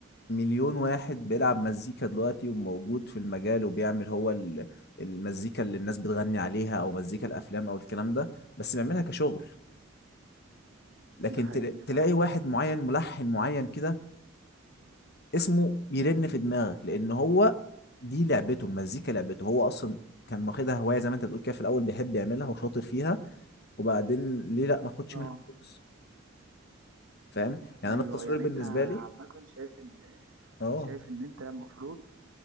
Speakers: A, on the left; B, on the right.
A: مليون واحد بيلعب مزيكا دلوقتي وموجود في المجال وبيعمل هو ال- المزيكا اللي الناس بتغني عليها او مزيكا الافلام او الكلام ده بس بيعملها كشغل لكن
B: ده حقيقي
A: تلا-
B: فعلا
A: تلاقي واحد معين ملحن معين كده اسمه بيرن في دماغك لان هو دي لعبته المزيكا لعبته هو اصلا كان واخدها هواية زي ما انت بتقول كده في الاول بيحب يعملها وشاطر فيها وبعدين ليه لا ما اخدش
B: اه
A: منها فلوس فاهم يعني
B: ايوه
A: انا التصوير
B: يعني
A: بالنسبة
B: انت عامه
A: لي
B: شايف ان
A: اه
B: شايف ان انت المفروض